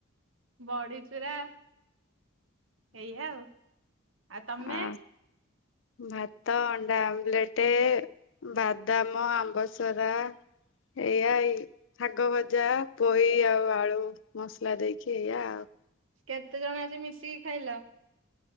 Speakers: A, on the right; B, on the left.
A: ବଢି ଚୁରା। ଏଇଆ ଆଉ, ଆଉ ତମେ?
B: ଆ ଭାତ, ଅଣ୍ଡା ଆମ୍ବ୍ଲେଟେ-ଏ, ବାଦାମ, ଆମ୍ବସରା ଏଇଆଇ ଶାଗ ଭଜା, ପୋଇ ଆଉ ଆଳୁ ମସଲା ଦେଇକି ଏଇଆ ଆଉ।
A: କେତେ ଜଣ ଆଜି ମିଶିକି ଖାଇଲ?